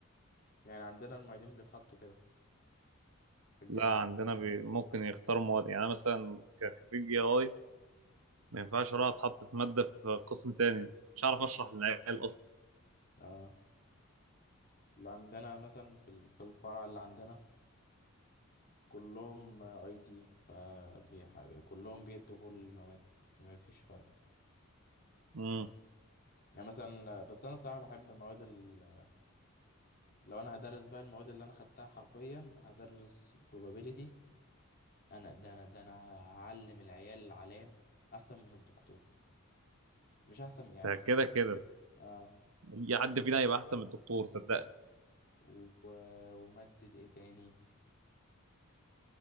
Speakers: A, on the left; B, on the right.
A: يعني عندنا المعيدين بيتحطوا كده في الجامعة
B: لا
A: بتاعتنا
B: عندنا بي
A: يعني
B: ممكن يختاروا مواد يعني أنا مثلا كخريج اي اي ما ينفعش اروح اتحط في ماده في قسم تاني مش عارف اشرح للعيال
A: اه بس اللي عندنا مثلا في ال- في الفرع اللي عندنا كلهم اي تي فكلهم بيدوا كل المواد ما فيش فرق
B: اصلا
A: يعني مثلا بس انا الصراحه بحب مواد ال... لو انا هدرس بقى المواد اللي انا خدتها حرفيا هدرس probability انا ده انا ده انا هعلم العيال علام احسن من الدكتور مش احسن يعني
B: ده كده
A: فاهم
B: كده
A: اه
B: اي حد فينا هيبقى احسن من الدكتور صدقني
A: و... وماده ايه تاني